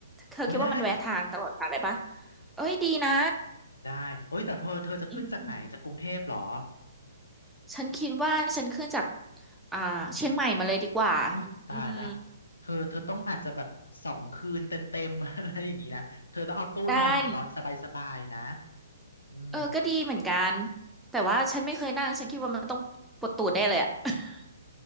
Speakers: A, in the centre; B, on the left.
A: เธอคิดว่ามันแวะทางตลอดทางได้ปะ
B: ไว้ได้
A: เอ้ยดีนะ
B: ได้เอ้ยแต่เธอเธอจะขึ้นจากไหนจากกรุงเทพเหรอ
A: อืม ฉันคิดว่าฉันขึ้นจากอ่าเชียงใหม่มาเลยดีกว่า
B: อุ้ยตายละ
A: อืม
B: เธอเธอต้องอาจจะแบบสองคืนเต็มๆ <laughs> อะไรอย่างนี้นะเธอต้องเอาตู้นอนแบบนอนสบายๆนะ
A: ได้
B: อืม
A: เออก็ดีเหมือนกันแต่ว่าฉันไม่เคยนั่งฉันคิดว่ามันต้องปวดตูดได้เลยอะ <laughs>